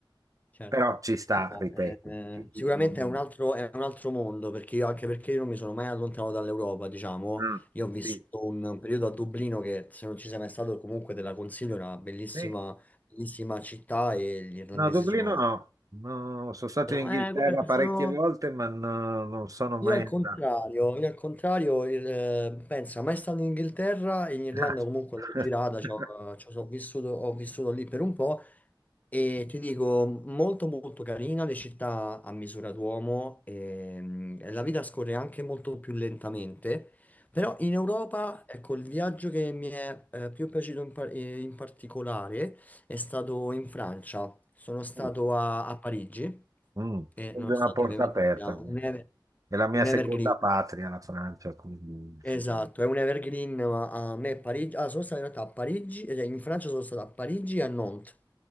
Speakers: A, on the left; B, on the right.
A: Certo,
B: Però ci sta,
A: No,
B: ripeto.
A: eh, eh,
B: Ci-
A: sicuramente
B: mm,
A: è un altro, è un altro mondo perché io, anche perché io non mi sono mai allontanato dall'Europa, diciamo,
B: Mm.
A: io ho vissuto
B: sì.
A: un, un periodo a Dublino che se non ci sei mai stato comunque te la consiglio, è una bellissima,
B: Sì.
A: bellissima città e gli irlandesi
B: No, Dublino
A: sono,
B: no. No, sono stato
A: sono,
B: in Inghilterra
A: eh, guarda,
B: parecchie
A: sono-
B: volte, ma no, non sono mai
A: io al
B: andato.
A: contrario, io al contrario, il, eh, pensa, mai stato in Inghilterra, in Irlanda
B: <laughs>
A: comunque l'ho girata, c'ho- c'ho- c'ho vissuto- ho vissuto lì per un po' e ti dico, molto molto carina, le città a misura d'uomo, ehm, e, la vita scorre anche molto più lentamente, però in Europa, ecco, il viaggio che mi è eh, più piaciuto in, par- eh, in particolare è stato in Francia, sono stato
B: Mm,
A: a, a Parigi
B: mm.
A: e
B: sono
A: nonostante
B: di una porta
A: ovviamente
B: aperta.
A: sia un, ever-
B: È la mia
A: un
B: seconda
A: evergreen,
B: patria, la Francia, quindi
A: esatto, è un evergreen, ma a me Parigi, ah, sono stato in realtà a Parigi, eh, cioè in Francia sono stato a Parigi e a Nantes,